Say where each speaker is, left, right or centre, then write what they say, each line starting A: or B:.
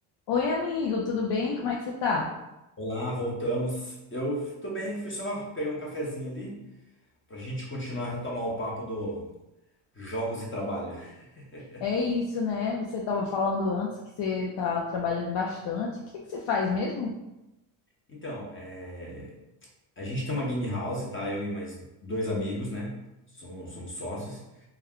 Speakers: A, on the left; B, on the left.
A: Oi, amigo, tudo bem? Como é que você tá?
B: Olá, voltamos. Eu tô bem, fui só pegar um cafezinho ali pra gente continuar a retomar o papo do jogos e trabalho. <laughs>
A: É isso, né? Você estava falando antes que você tá trabalhando bastante. O que é que você faz mesmo?
B: Então, é, a gente tem uma game house, tá? Eu e mais dois amigos, né? Somos, somos sócios.